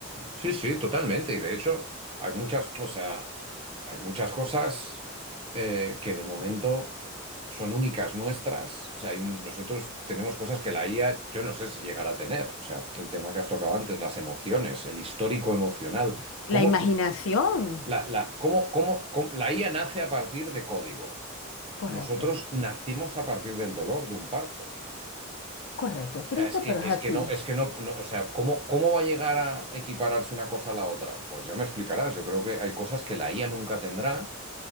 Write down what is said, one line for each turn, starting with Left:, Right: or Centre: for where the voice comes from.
Right: sí, sí, totalmente. Y de hecho, hay muchas, o sea, hay muchas cosas eh, que de momento son únicas nuestras. O sea, hay un- nosotros tenemos cosas que la IA, yo no sé si llegará a tener. O sea, el tema que has tocado antes, las emociones, el histórico emocional.
Left: La
Right: ¿Cómo
Left: imaginación.
Right: la, la, cómo, cómo, cómo- la IA nace a partir de código?
Left: Correcto,
Right: Nosotros nacimos a partir del dolor de un parto.
Left: correcto. Triste,
Right: O sea, es que,
Left: pero es
Right: es
Left: así.
Right: que no, es que no, no, o sea, ¿cómo, cómo va a llegar a equipararse una cosa a la otra? Pues ya me explicarás, yo creo que hay cosas que la IA nunca tendrá